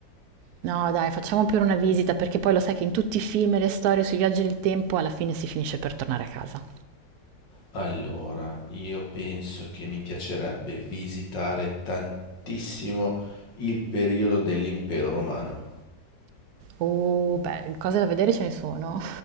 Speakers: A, on the right; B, on the left.
A: No dai, facciamo pure una visita, perché poi lo sai che in tutti i film e le storie sui viaggi del tempo alla fine si finisce per tornare a casa.
B: Allora, io penso che mi piacerebbe visitare tantissimo il periodo dell'Impero Romano.
A: Oh, beh, cose da vedere ce ne sono.